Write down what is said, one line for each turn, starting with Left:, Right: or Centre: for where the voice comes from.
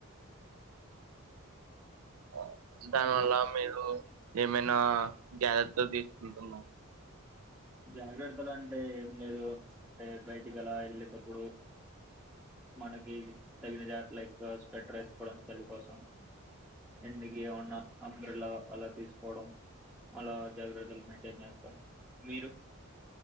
Right: ఆ
Centre: అంటే
Right: దానివల్ల మీరు ఏమైనా జాగ్రత్తలు తీసుకుంటున్నామ్
Centre: జాగ్రత్తలు అంటే ఏం లేదు అంటే బయటికి అలా వెళ్ళేటప్పుడు మనకి తగిన జట్ లెక్కువ స్వెట్టర్ ఏసుకోవడం చలి కోసం ఎన్నికి ఏమన్నా అంబ్రెల్లా అలా తీసుకోవడం అలా జాగ్రత్తలు మెయింటైన్ చేస్తాం మీరు